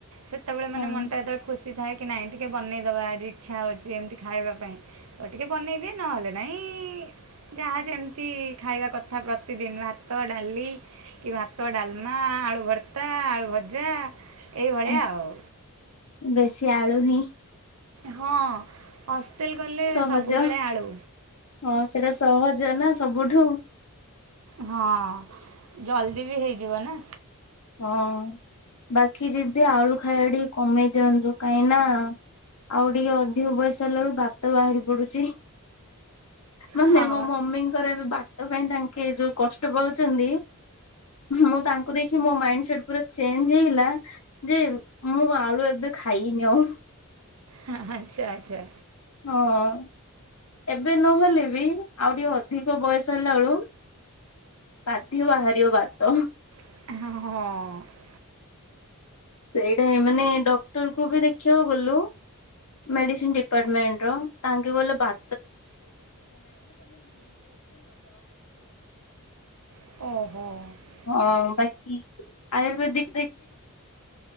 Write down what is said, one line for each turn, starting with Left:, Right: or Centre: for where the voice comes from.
Right: ସେତେବେଳେ ମାନେ
Left: ହଁ।
Right: ମନ ଟା ଯେତେବେଳେ ଖୁସି ଥାଏ କି ନାଇଁ ଟିକେ ବନେଇଦେବା ଆଜି ଇଚ୍ଛା ହେଉଛି ଏମିତି ଖାଇବା ପାଇଁ ତ ଟିକେ ବନେଇଦିଏ ନହେଲେ ନାହିଁ ଯାହା ଯେମିତି ଖାଇବା କଥା ପ୍ରତିଦିନ ଭାତ ଡାଲି କି ଭାତ ଡାଲ ମା ଆଳୁ ଭର୍ତ୍ତା ଆଳୁ ଭଜା ଏଇଭଳିଆ
Left: ଏ
Right: ଆଉ
Left: ବେଶୀ ଆଳୁ ହିଁ
Right: ହଁ ହଷ୍ଟେଲ ଗଲେ
Left: ସହଜ
Right: ସବୁବେଳେ ଆଳୁ
Left: ହଁ ସେଇଟା ସହଜ ନା ସବୁଠୁ
Right: ହଁ ଜଲ୍ଦି ବି ହେଇଯିବ ନା
Left: ହଁ ବାକି ଦିଦି ଆଳୁ ଖାଇବା ଟିକେ କମେଇ ଦିଅନ୍ତୁ କାହିଁ ନା ଆଉ ଟିକେ ଅଧିକ ବୟସ ହେଲା ବଳକୁ ବାତ ବାହାରି ପଡୁଛି ମାନେ
Right: ହଁ
Left: ମୋ ମମି ତାଙ୍କର ବାତ ପାଇଁ ତାଙ୍କେ ଯୋଉ କଷ୍ଟ ପାଉଛନ୍ତି ମୁଁ ତାଙ୍କୁ ଦେଖି କି ମୋ ମାଇଣ୍ଡ ସେଟ ପୁରା ଚେଞ୍ଜ ହେଇଗଲା ଯେ ମୁଁ ଆଳୁ ଏବେ ଖାଇବିନି ଆଉ
Right: ହଁ ଆଚ୍ଛା ଆଚ୍ଛା
Left: ହଁ ଏବେ ନହେଲେ ବି ଆଉ ଟିକେ ଅଧିକ ବୟସ ହେଲା ବେଳକୁ ବାଧ୍ୟ ବାହାରିବ ବାତ।
Right: <inaudible>
Left: ସେଇଟା ମାନେ ଡକ୍ଟର୍ କୁ ବି ଦେଖିବାକୁ ଗଲୁ। ମେଡିସିନ୍‌ ଡ଼ିପାଟ୍ ମେଣ୍ଟ୍ ର ତାଙ୍କେ ଗଲେ ବା <inaudible>
Right: <inaudible>
Left: <inaudible> କ'ଣ କହିଲେ?